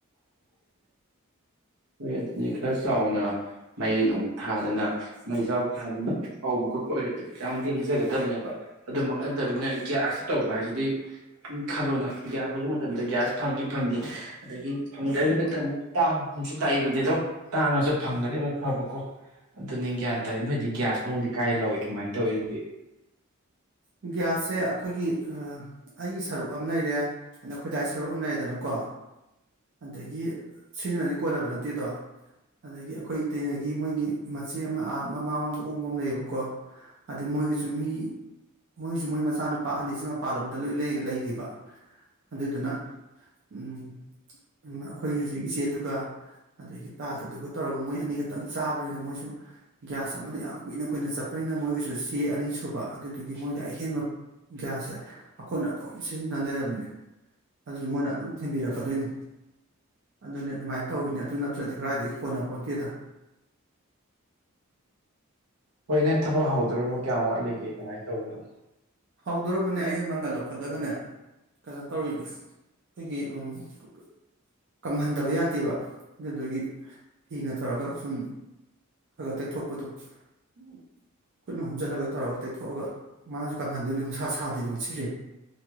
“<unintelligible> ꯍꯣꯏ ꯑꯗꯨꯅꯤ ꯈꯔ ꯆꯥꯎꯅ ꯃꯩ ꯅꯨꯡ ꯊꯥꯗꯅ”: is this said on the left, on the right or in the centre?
Right